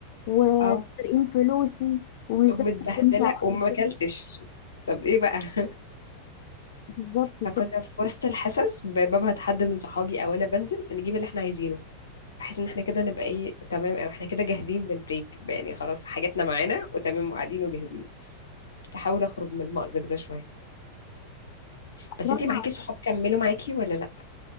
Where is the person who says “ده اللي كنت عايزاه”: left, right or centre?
Left